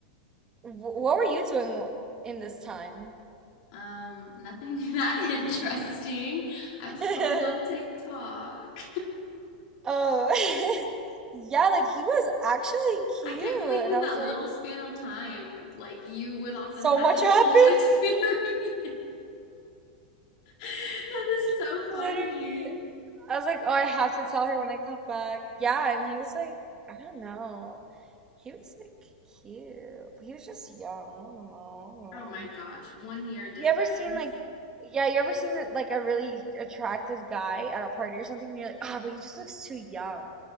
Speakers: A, on the right (about 15°); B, on the left (about 50°).
A: Wh what were you doing in this time?
B: Um, nothing <laughs> that interesting. I was
A: <laughs>
B: scrolling on TikTok.
A: Oh, <laughs> yeah, like he was actually cute,
B: I can't believe
A: and
B: in
A: I
B: that
A: was like,
B: little span of time, like you went off
A: so
B: and had
A: much
B: this
A: happened,
B: whole experience. <laughs> that is so
A: <laughs>
B: funny.
A: literally. I was like, oh, I have to tell her when I come back. Yeah, and he was like, I don't know. He was like cute. He was just young. I don't know. I don't
B: Oh
A: know.
B: my gosh, one year difference.
A: You ever seen like, yeah, you ever seen that like a really attractive guy at a party or something, and you're like, ah, but he just looks too young.